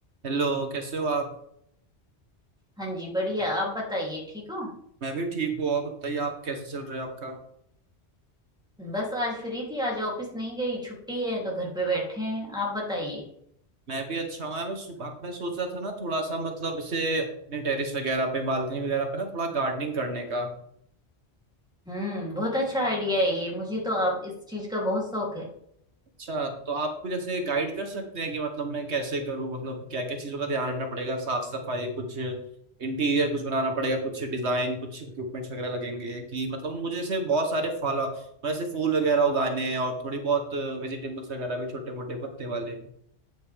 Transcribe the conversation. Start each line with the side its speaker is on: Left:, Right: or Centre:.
Right: Hello कैसे हो आप
Centre: हाँ जी बढ़िया आप बताइए ठीक हो
Right: मैं भी ठीक हूँ और बताइए आप कैसे चल रहे हो आपका
Centre: बस आज फ्री थी आज ऑफिस नहीं गई छुट्टी है तो घर पे बैठे हैं आप बताइए
Right: मैं भी अच्छा हूँ मैं सु- आप मैं सोच रहा था ना थोड़ा सा मतलब इसे अपने टेरेस वगैरह पे बालकनी वगैरह पे ना थोड़ा गार्डनिंग करने का
Centre: हम्म बहुत अच्छा आइडिया है ये मुझे तो आप इस चीज का बहुत शौक है
Right: अच्छा तो आप कुछ ऐसे गाइड कर सकते हैं कि मतलब मैं कैसे करूँ मतलब क्या क्या चीज़ों का ध्यान रखना पड़ेगा साफ सफाई कुछ इंटीरियर कुछ बनाना पड़ेगा कुछ डिजाइन कुछ इक्विपमेंट्स वगैरह लगेंगे कि मतलब मुझे जैसे बहुत सारे फल मतलब ऐसे फूल वगैरह उगाने हैं और थोड़ी बहुत वेजिटेबल्स वगैरह भी छोटे मोटे पत्ते वाले